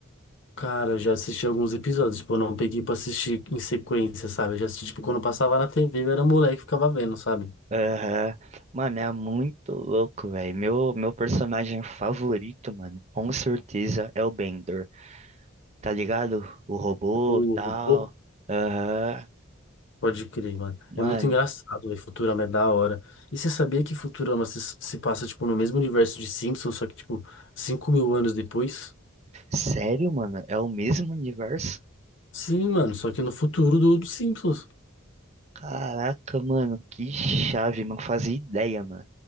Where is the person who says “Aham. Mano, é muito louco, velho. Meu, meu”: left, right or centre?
Right